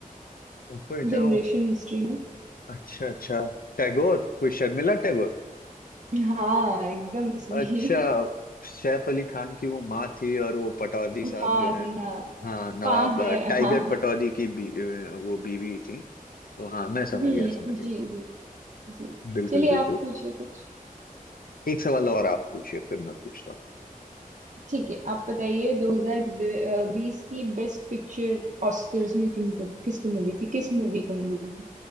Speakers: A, on the left; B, on the right.
A: ऊपर
B: <laughs>
A: जाऊं
B: जनरेशन हिस्ट्री में
A: अच्छा अच्छा टैगोर कोई शर्मिला टैगोर
B: हाँ एकदम सही
A: अच्छा सैफ अली खान की वो माँ थी और वो पटौदी साहब
B: माँ
A: जो हैं
B: जी हाँ
A: हाँ नवाब
B: पा
A: अ,
B: है
A: टाइगर
B: हाँ
A: पटौदी की बी, अ, वो बीवी थी तो हाँ मैं समझ
B: हम्म
A: गया समझ गया
B: जी जी जी
A: बिल्कुल
B: चलिए
A: बिल्कुल
B: आप पूछिए कुछ
A: एक सवाल और आप पूछिए फिर मैं पूछता हूँ
B: ठीक है आप बताइए 2020 की बेस्ट पिक्चर ऑस्कर्स में किनको किसको मिली थी किस मूवी को मिली थी